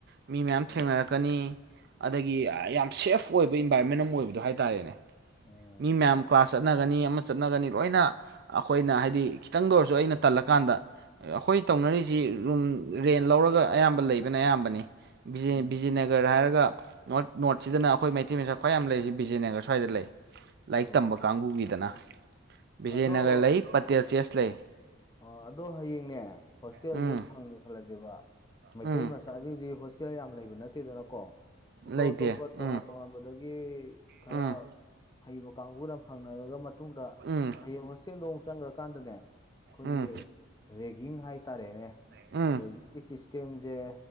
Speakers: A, on the right; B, on the left.
A: ꯃꯤ ꯃꯌꯥꯝ
B: ꯑꯣ
A: ꯊꯦꯡꯅꯔꯛꯀꯅꯤ ꯑꯗꯒꯤ ꯌꯥꯝ ꯁꯦꯐ ꯑꯣꯏꯕ ꯏꯟꯚꯥꯏꯔꯣꯟꯃꯦꯟ ꯑꯃ ꯑꯣꯏꯕꯗꯣ ꯍꯥꯏꯇꯥꯔꯦꯅꯦ
B: ꯎꯝ
A: ꯃꯤ ꯃꯌꯥꯝ ꯀ꯭ꯂꯥꯁ ꯆꯠꯅꯒꯅꯤ ꯑꯃ ꯆꯠꯅꯒꯅꯤ ꯂꯣꯏꯅ ꯑꯩꯈꯣꯏꯅ ꯍꯥꯏꯗꯤ ꯈꯤꯇꯪꯗ ꯑꯣꯏꯔꯁꯨ ꯑꯩꯅ ꯇꯜꯂꯀꯥꯟꯗ ꯑꯩꯈꯣꯏ ꯇꯧꯅꯔꯤ ꯁꯤ ꯔꯨꯝ ꯔꯦꯟ ꯂꯧꯔꯒ ꯑꯌꯥꯝꯕ ꯂꯩꯕꯅ ꯑꯌꯥꯝꯕꯅꯤ
B: ꯎꯝ
A: ꯕꯤꯖꯅꯒꯔ ꯍꯥꯏꯔꯒ ꯅꯣꯔꯠ ꯅꯣꯔꯠꯁꯤꯗꯅ ꯑꯩꯈꯣꯏ ꯃꯩꯇꯩ ꯃꯆꯥ ꯈ꯭ꯋꯥꯏ ꯌꯥꯝ ꯂꯩ ꯕꯤꯖꯦꯅꯒꯔ ꯁ꯭ꯋꯥꯏꯗ ꯂꯩ ꯂꯥꯏꯔꯤꯛ
B: ꯑꯣ
A: ꯇꯝꯕ ꯀꯥꯡꯕꯨꯒꯤꯗꯅ ꯕꯤꯖꯦꯅꯒꯔ
B: ꯑꯗꯣ
A: ꯂꯩ ꯄꯇꯦꯜ ꯆꯦꯁ ꯂꯩ
B: ꯑ ꯑꯗꯣ ꯍꯌꯦꯡꯅꯦ ꯍꯣꯁꯇꯦꯜꯁꯦ
A: ꯎꯝ
B: ꯐꯪꯒꯦ ꯈꯜꯂꯁꯦꯕ ꯃꯩꯇꯩ
A: ꯎꯝ
B: ꯃꯆꯥ ꯆꯥꯁꯤꯡꯗꯤ ꯍꯣꯁꯇꯦꯜ ꯌꯥꯝ ꯂꯩꯕ ꯅꯠꯇꯦ ꯗꯦꯅꯀꯣ ꯑꯇꯣꯞ
A: ꯂꯩꯇꯦ
B: ꯑꯇꯣꯞꯄ
A: ꯎꯝ
B: ꯇꯣꯉꯥꯟ ꯇꯣꯉꯥꯟꯕꯗꯒꯤ ꯈꯔ
A: ꯎꯝ
B: ꯍꯩꯕ ꯀꯥꯡꯕꯨꯅ ꯐꯪꯅꯔꯔꯕ ꯃꯇꯨꯡꯗ
A: ꯎꯝ
B: ꯍꯌꯦꯡ ꯍꯣꯁꯇꯦꯜꯗ ꯑꯃꯨꯛ ꯆꯪꯒ꯭ꯔꯀꯥꯟꯗꯅꯦ ꯑꯩꯈꯣꯏꯒꯤ
A: ꯎꯝ
B: ꯔꯦꯒꯤꯡ ꯍꯥꯏꯇꯥꯔꯦꯅꯦ
A: ꯎꯝ
B: ꯔꯦꯒꯤꯡꯒꯤ ꯁꯤꯁꯇꯦꯝꯁꯦ